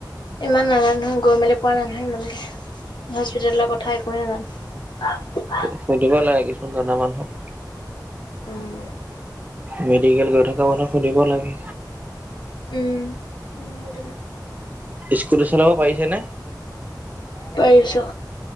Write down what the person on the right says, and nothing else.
সুধিব লাগে কিছুমান জনা মানুহক
মেডিকেল গৈ থকা মানুহক সুধিব লাগে।
স্কুটী চলাব পাৰিছে নে।